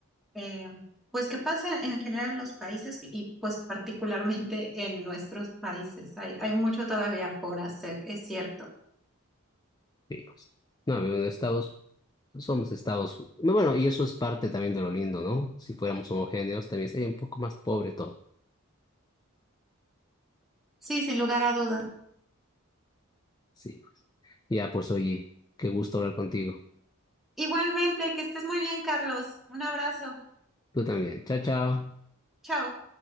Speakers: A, in the centre; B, on the left (about 20°).
A: eh, pues que pasa en general en los países y pues particularmente en nuestros países. Hay, hay mucho todavía por hacer, es cierto.
B: Sí, pues. No, pero en Estados, somos Estados. No, bueno, y eso es parte también de lo lindo, ¿no? Si fuéramos homogéneos, también sería un poco más pobre todo.
A: Sí, sin lugar a dudas.
B: Sí, pues. Ya, pues, oye, qué gusto hablar contigo.
A: Igualmente, que estés muy bien, Carlos. Un abrazo.
B: Tú también. Chao, chao.
A: Chao.